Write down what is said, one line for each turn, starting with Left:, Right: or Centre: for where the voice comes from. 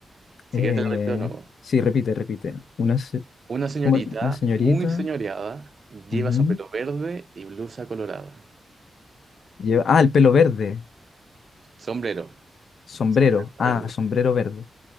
Right: Si
Left: eh,
Right: quieres te lo repito de nuevo.
Left: sí, repite, repite. Una, se-
Right: Una señorita
Left: ¿cómo era? Una señorita.
Right: muy señoreada lleva
Left: ujú,
Right: sombrero verde y blusa colorada.
Left: lleva- ah, el pelo verde,
Right: Sombrero.
Left: sombrero.
Right: Sombrero
Left: Ah,
Right: verde.
Left: sombrero verde.